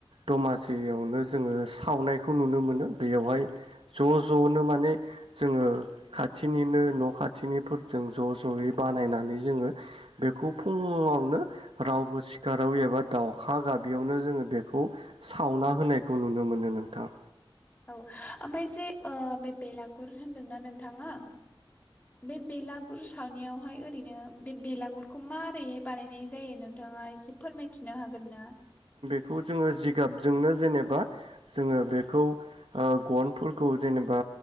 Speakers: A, on the right; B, on the left.
A: दमासियावनो जोङो सावनायखौ नुनो मोनो। बेवहाय ज' ज'नो माने जोङो खाथिनिनो न' खाथिनिफोरजों ज' ज'यै बानायनानै जोङो बेखौ फुङावनो रावबो सिखाराव एबा दावउखा गाबियावनो जोङो बेखौ सावना होनायखौ नुनो मोनो नोंथां।
B: औ ओमफाय जे बे बेलागुर होन्दोंना नोंथाङा बे बेलागुर सावनायावहाय ओरैनो बे बेलागुरखौ मारैहाय बानायनाय जायो नोंथाङा एसे फोरमायथिनो हागोनना?
A: खौ जोङो जिगाबजोंनो जेनेबा जोङो बेखौ गनफोरखौ जेनेबा